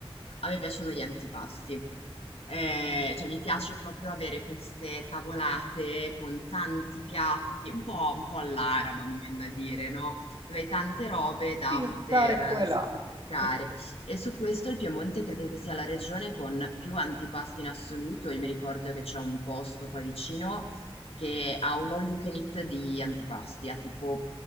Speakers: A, on the left (about 80°); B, on the right (about 45°).
A: A me piacciono gli antipasti. Eh, cioè, mi piace proprio avere queste tavolate con tanti piatti, un po', un po' all'araba, mi viene da dire, no? Dove hai tante robe da
B: Piluccare
A: poter
B: qua e là,
A: spiluccare.
B: <laughs>
A: E su questo il Piemonte credo che sia la regione con più antipasti in assoluto. Io mi ricordo che c'è un posto qua vicino che ha un all you can eat di antipasti, ha tipo